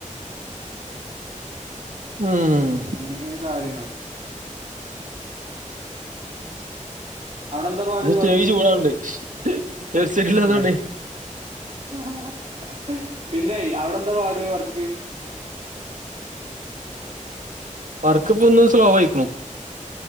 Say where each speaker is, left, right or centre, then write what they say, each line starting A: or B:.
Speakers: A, on the right (about 75°); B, on the right (about 55°).
A: ഉം
B: അങ്ങനെയൊക്കെയാണ് കാര്യങ്ങള്ൾ അവിടെന്താ പാട്
A: ഇനി
B: വർക്ക്ങേ
A: ചെവി ചൂടാവുണ്ട് ഹെഡ്സെറ്റ് ഇല്ലാത്തോണ്ടേ
B: <unintelligible> അഹ് പിന്നെ അവിടെ എന്താ പാട് വർക്ക്
A: വർക്ക് ഇപ്പൊ ഒന്നു സ്ലോ ആയിക്കുണു